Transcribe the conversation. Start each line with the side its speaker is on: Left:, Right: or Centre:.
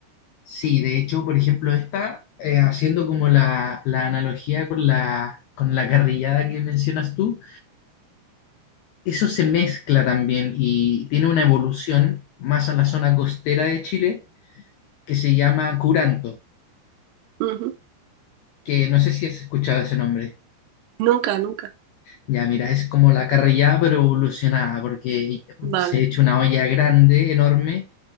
Left: Sí, de hecho, por ejemplo, esta, eh, haciendo como la, la analogía con la, con la carrillada que mencionas tú, eso se mezcla también y tiene una evolución más a la zona costera de Chile que se llama curanto,
Right: Ujú.
Left: que no sé si has escuchado ese nombre.
Right: Nunca, nunca.
Left: Ya, mira, es como la carrillada pero evolucionada, porque
Right: Vale.
Left: se echa una olla grande, enorme,